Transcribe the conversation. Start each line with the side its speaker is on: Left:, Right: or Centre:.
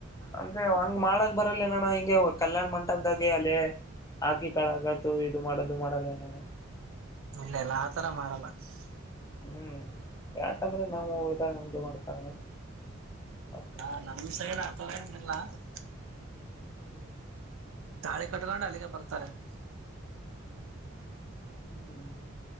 Left: ಅಂದ್ರೆ ಹಂಗ್ ಮಾಡಕ್ ಬರಲೇಣ್ಣನ ಹಿಂಗೆ ಕಲ್ಯಾಣ್ ಮಂಟಪದಾಗೆ ಅಲೆ <unintelligible> ಆಕಿ ಕಳಗತು ಇದು ಮಾಡದ್ ಇದ್ ಮಾಡಲೇನ್ಅಣ <unintelligible>
Right: ಇಲ್ಲಲ ಆತರ ಮಾಡಲ್ಲ <unintelligible>
Left: ಹ್ಮ್ ಯಾಕಂದ್ರೆ ನಾವು ಊಟ ಹಂಗೆ ಮಾಡ್ತಾರಣ <unintelligible>
Right: ಹ ನಮ್ ಸೈಡ್ ಆಥರ ಏನಿಲ್ಲ <unintelligible>
Left: ಹ್ಮ್ <unintelligible>
Right: ತಾಳಿ ಕಟ್ಕೊಂಡ್ ಅಲ್ಲಿಗೆ ಬರ್ತಾರೆ <unintelligible>
Left: ಹ್ಮ್